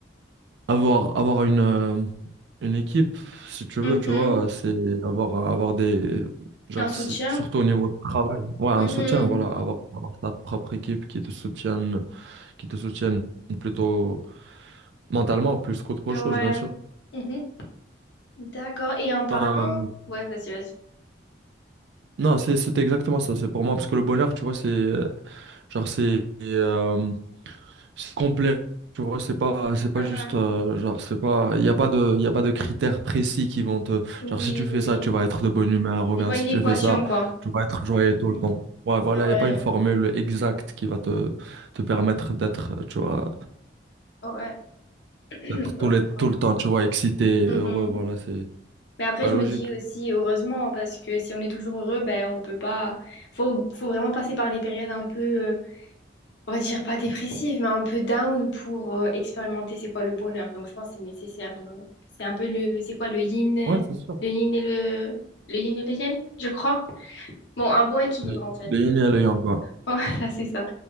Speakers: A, on the right (about 65°); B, on the left (about 65°).
A: avoir, avoir une, euh, une équipe, si tu
B: Mhm.
A: veux, tu vois, c'est avoir, avoir des, genre,
B: Un soutien.
A: c'est surtout au niveau de travail. Ouais,
B: Mhm.
A: un soutien, voilà, avoir, avoir ta propre équipe qui te soutienne, qui te soutienne plutôt mentalement, plus qu'autre
B: Ouais.
A: chose, bien sûr.
B: Mhm. D'accord. Et en parlant,
A: Euh,
B: ouais, vas-y, vas-y.
A: Non, c'est c'est exactement ça. C'est pour moi parce que le bonheur, tu vois, c'est euh, genre c'est euh, c'est complet. Tu vois, c'est pas c'est pas
B: Mhm.
A: juste euh, genre c'est pas il y a pas de il y a pas de critères précis qui vont te
B: Oui,
A: genre si tu fais
B: oui,
A: ça,
B: oui.
A: tu vas être de bonne humeur ou
B: C'est
A: bien
B: pas
A: si
B: une
A: tu
B: équation,
A: fais ça,
B: quoi.
A: tu vas être joyeux tout
B: Mhm.
A: le temps. Ouais, voilà, il n'y
B: Ouais,
A: a pas une formule exacte qui va te te permettre d'être tu vois
B: ouais. <clears throat>
A: d'être tout
B: Heureux,
A: le
B: quoi.
A: tout le temps, tu vois, excité,
B: Mhm.
A: heureux, voilà, c'est
B: Mais après,
A: pas
B: je
A: logique.
B: me dis aussi heureusement, parce que si on est toujours heureux, ben on peut pas. Faut, faut vraiment passer par des périodes un peu. euh, on va dire pas dépressive, mais un peu down pour euh, expérimenter c'est quoi le bonheur. Donc je pense que c'est nécessaire. euh, c'est un peu le, c'est quoi le yin,
A: Ouais,
B: euh,
A: c'est sûr.
B: le yin et le, le yin et le yang, je crois. Bon, un bon équilibre
A: Le
B: en fait.
A: le yin
B: <laughs>
A: et le yang, quoi.
B: Voilà, c'est ça.